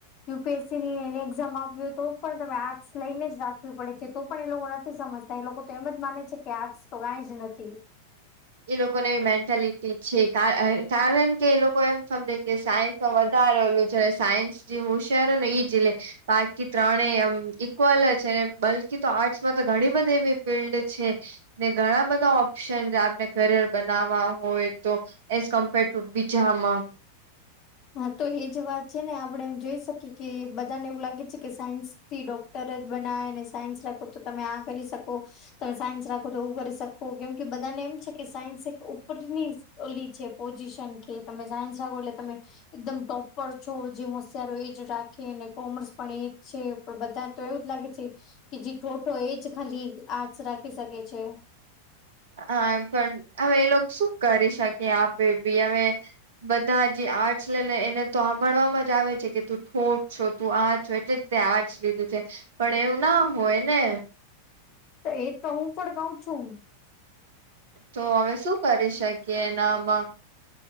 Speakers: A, on the left (about 35°); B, on the right (about 55°).
A: યુપીએસસી ની એની એક્ઝામ આપવી હો તો પણ તમે આર્ટ્સ લઈને જ રાખવી પડે છે. તો પણ એ લોકો નથી સમજતા એ લોકો તો એમ જ માને છે કે આજ તો કંઈ જ નથી
B: એ લોકોનેવી મેન્ટાલિટી છે કારણ કે એ લોકો એમ સમજે કે સાયન્સમાં વધારેલું છે સાયન્સ જે હોશયાર ને એઈ જી બાકી ત્રણે એમ ઇક્વલ છે ને બલ્કી તો આર્ટસમાં તો ઘણી બધી એવી ફિલ્ડ છે ને ઘણા બધા ઓપ્શન આપને કરિયર બનાવવા હોય તો એઝ કમ્પેર ટુ બીજામાં
A: હા તો એજ વાત છે ને આપડે એમ જોઈ શકીએ કે બધાને એવું લાગે છે કે સાયન્સ થી ડોક્ટર જ બનાવેને સાયન્સ રાખો તો તમે આ કરી શકો તમે સાયન્સ રાખો તો એવું કરી શકો કેમ કે બધાને એમ છે કે સાયન્સ એક ઉપરની ઓલી છે પોઝિશન કે તમે સાયન્સ રાખો એટલે તમે એકદમ ટોપ પર છો જે હું સારો એજ રાખે ને કોમર્સ પણ એજ છે પણ બધા તો એવું જ લાગે છે કે જે ઠોઠો એજ ખાલી આર્ટસ રાખી શકે છે
B: હા એ પણ હવે એ લોકો શું કરી શકે આપણે બી હવે બધા જે આર્ટસ લે લને એને તો સાંભળવામાં જ આવે છે કે તું ઠોઠ છો તું આ છે એટલે જ તે આ જ લીધું છે પણ એવું ના હોય ને
A: તો એ તો હું પણ કઉ છું
B: તો હવે શું કરી શકીએ એનામાં